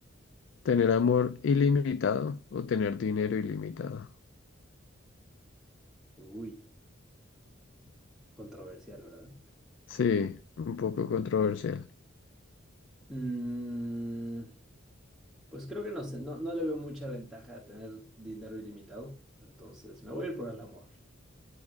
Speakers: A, on the left; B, in the centre.
A: ¿Tener amor ilimitado o tener dinero ilimitado?
B: Uy, controversial, ¿verdad?
A: Sí, un poco controversial.
B: Mm, pues creo que no sé, no, no le veo mucha ventaja a tener dinero ilimitado, entonces me voy a ir por el amor.